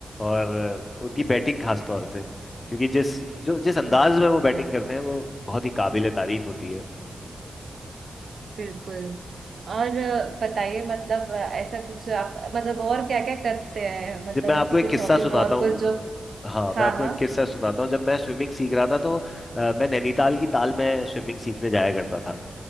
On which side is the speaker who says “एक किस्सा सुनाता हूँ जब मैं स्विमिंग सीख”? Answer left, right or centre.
Left